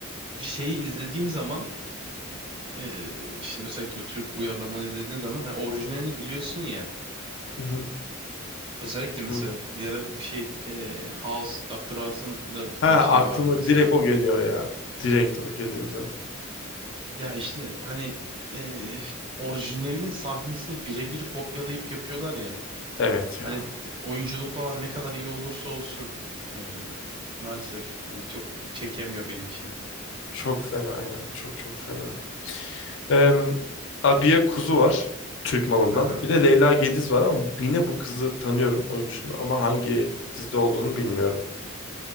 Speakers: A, on the right; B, on the left.
A: şeyi izlediğim zaman eee, işte özellikle bu Türk uyarlamanı izlediğin zaman hani orijinalini biliyorsun ya.
B: Hı hı.
A: Özellikle
B: Hı
A: mesela
B: hı.
A: bir ara bir şey eee House, Dr. House'un da bir tane
B: Ha
A: şey
B: aklıma
A: vardı mesela.
B: direkt o geliyor ya. Direkt o geliyor zaten.
A: Ya işte hani eee, orijinalin sahnesini birebir kopyalayıp yapıyorlar ya.
B: Evet
A: Hani
B: ya.
A: o- oyunculuk falan ne kadar iyi olursa olsun eee, maalesef hani çok çekemiyor beni içine.
B: Çok fena ya. Çok çok fena. Em, Abiye Kuzu var. Türk malından.
A: Aha.
B: Bir de Leyla Gediz var ama yine bu kızı tanıyorum oyuncusunu ama hangi dizide olduğunu bilmiyorum.